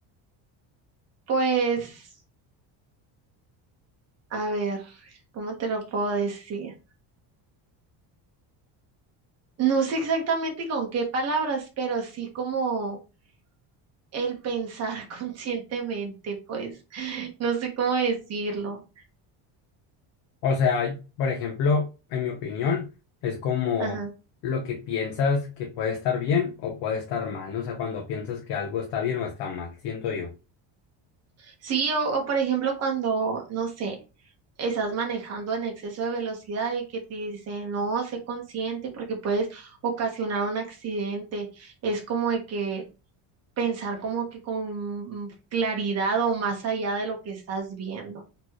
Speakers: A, on the right; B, on the left.
A: Pues, a ver, ¿cómo te lo puedo decir? No sé exactamente con qué palabras, pero sí como el pensar <laughs> conscientemente, pues no sé cómo decirlo.
B: O sea, por ejemplo, en mi opinión, es como
A: Ajá.
B: lo que piensas que puede estar bien o puede estar mal, ¿no? O sea, cuando piensas que algo está bien o está mal, siento yo.
A: Sí, o, o por ejemplo cuando, no sé, estás manejando en exceso de velocidad y que te dicen, no, sé consciente porque puedes ocasionar un accidente. Es como de que pensar como que con claridad o más allá de lo que estás viendo.